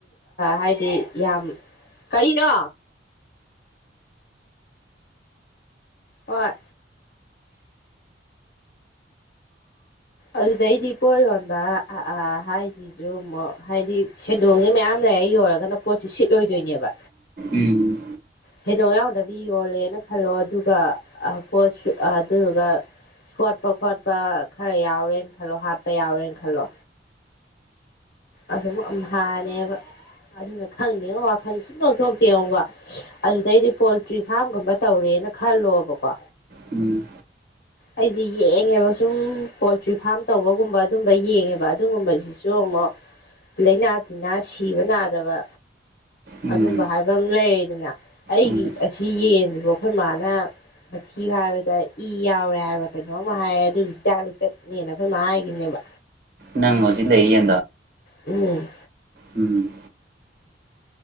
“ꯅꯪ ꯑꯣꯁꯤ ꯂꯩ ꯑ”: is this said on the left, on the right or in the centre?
Right